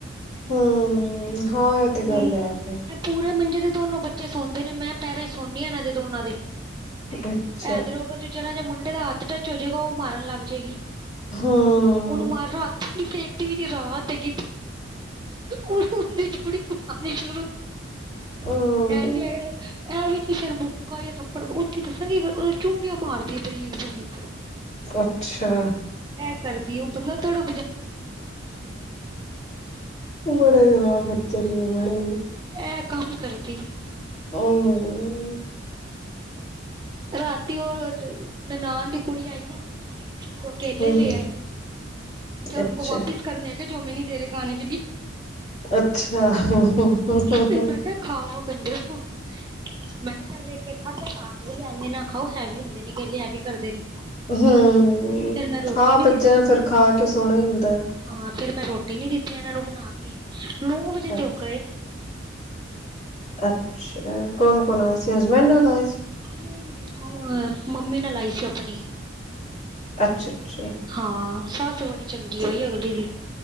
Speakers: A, on the left (about 40°); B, on the right (about 20°).
A: ਹਮ ਹਾਂ ਐ ਤੇ
B: ਹੁਣ
A: ਗੱਲ ਹੈ ਫ਼ਿਰ
B: ਇਹ ਪੂਰੇ ਮੰਜੇ ਤੇ ਦੋਨੋ ਬੱਚੇ ਸੌਦੇ ਨੇ ਮੈਂ ਪੈਰਾਂ ਚ ਸੋਂਨੀ ਐ ਇਹਨਾਂ ਦੇ ਦੋਨਾਂ ਦੇ
A: ਅੱਛਾ,
B: ਐਧਰੋ ਅਗਲ ਜਰਾ ਜਿਹਾ ਮੁੰਡੇ ਦਾ ਹੱਥ ਟੱਚ ਹੋ ਜਾਏਗਾ ਉਹ ਮਾਰਨ ਲੱਗ ਜਾਏਗੀ
A: ਹੂੰ।
B: ਉਹਨੂੰ ਮਾਰਨਾ ਰਾਤ ਨੀ ਵੇਖਦੀ ਵੀ ਰਾਤ ਹੈ ਕਿ ਓਨੂੰ ਉਹਦੀ ਜੂੜੀ ਘਮਾਨੀ ਸ਼ੁਰੂ
A: ਹੂੰ,
B: ਐ ਨੀ ਹੈਗੇ ਐਵੀ ਕਿ ਫੇਰ ਨਿੱਕਾ ਜਿਹਾ ਥੱਪੜ ਉਹਦੀ ਦੱਸਾਂਗੇ ਕੀ ਕਰ, ਉਹ ਚੁਡੀਆਂ ਮਾਰਦੀ ਬਰੀਕ, ਬਰੀਕ
A: ਅੱਛਾ
B: ਏ ਕਰਦੀ ਉਹ ਬੰਦਾ ਥੋੜਾ
A: ਬੜੇ ਖਰਾਬ ਬੱਚੇ ਨੇ ਬੜੇ।
B: ਐ ਕੰਮ ਕਰਦੀ ਏ
A: ਹੂੰ
B: ਰਾਤੀ ਉਹ ਨਨਾਣ ਦੀ ਕੁੜੀ ਆਈ ਨਾ ਓ ਕੇਲੇ
A: ਹੂੰ,
B: ਲੈ ਆਈ,
A: ਅੱਛਾ।
B: ਉਨ ਕੋ ਵਾਪਿਸ ਮੈ ਕਿਹਾ ਜੋ ਹਮੇਂ ਨਹੀਂ ਦੇ ਰਹੇ ਖਾਣੇ ਕੇ ਲੀ
A: ਅੱਛਾ ਹੂੰ ਹੂੰ
B: ਫਿਰ ਮੈਂ ਕਿਹਾ ਖਾਵੋ ਕਜਰੋ ਮੈਂ ਕਿਹਾ ਇਕ - ਇਕ ਖਾਧਾ ਰਾਤ ਨੂੰ ਏਨੇ ਨਾ ਖਾਓ ਹੈਵੀ ਹੁੰਦੇ ਨੇ ਕੇਲੇ ਹੈਵੀ ਵੀ ਕਰਦੇ ਨੇ
A: ਹੂੰ,
B: ਫਿਰ ਮੈਂ ਰੋਟੀ
A: ਹਾਂ
B: ਨੀ
A: ਬੱਚਿਆਂ
B: ਦਿੱਤੀ
A: ਨੂੰ ਫਿਰ ਖਾ ਕੇ ਸੋਣਾ ਹੀ ਹੁੰਦਾ
B: ਹਾਂ ਫਿਰ ਮੈਂ ਰੋਟੀ ਨੀ ਦਿੱਤੀ ਇਹਨਾਂ ਨੂੰ ਬਣਾ ਕੇ, ਨੌ ਵਜੇ
A: ਅੱਛਾ
B: ਤੇ ਉਹ ਗਏ ਨੇ
A: ਅੱਛਾ, ਕੋਣ- ਕੋਣ ਆਇਆ ਸੀ ਹਸਬੈਂਡ ਨਾਲ ਆਏ ਸੀ
B: ਨਹੀਂ- ਨਹੀਂ ਮੰਮੀ ਨਾਲ ਆਈ ਸੀ ਆਪਣੀ
A: ਅੱਛਾ- ਅੱਛਾ
B: ਹਾਂ ਸੱਸ ਬੜੀ ਚੰਗੀ
A: ਤੇ
B: ਓਹੀ ਅਗਲੀ ਦੀ,